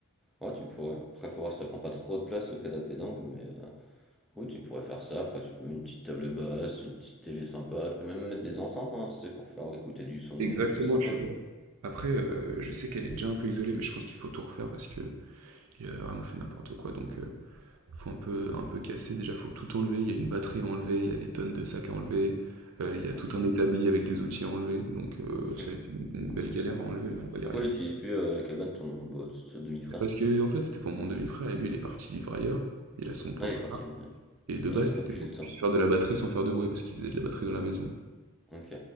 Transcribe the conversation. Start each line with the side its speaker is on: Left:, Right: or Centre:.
Centre: Ouais, tu pourrais. Après, faut voir si ça prend pas trop de place le canapé d'angle, mais euh, oui, tu pourrais faire ça. Après, tu mets une petite table basse, une petite télé sympa. Tu peux même mettre des enceintes, hein, tu sais, pour faire écouter du son,
Right: Exactement,
Centre: des choses sympas,
Right: tu
Centre: quoi.
Right: vois. Après, euh, je sais qu'elle est déjà un peu isolée, mais je pense qu'il faut tout refaire parce que il a vraiment fait n'importe quoi. Donc, euh, Faut un peu un peu casser, déjà faut tout enlever, il y a une batterie à enlever, il y a des tonnes de sacs à enlever, heu, il y a
Centre: Ok.
Right: tout un établi avec des outils à enlever, donc heu,
Centre: Et
Right: ça
Centre: p-
Right: va être une une belle galère à enlever, mais on va y
Centre: pourquoi
Right: arriver.
Centre: il n'utilise plus euh, la cabane ton bah, ce demi-frère?
Right: Parce que en fait, c'était pour mon demi-frère et lui, il est parti vivre ailleurs, il a son propre
Centre: Ah, il est parti,
Right: appart
Centre: lui, ouais.
Right: et de
Centre: Et
Right: base,
Centre: du coup,
Right: c'était
Centre: depuis
Right: pour
Centre: le
Right: qu'il
Centre: temps.
Right: puisse
Centre: Ok.
Right: faire de la batterie sans faire de bruit parce qu'il faisait de la batterie dans la maison.
Centre: Ok.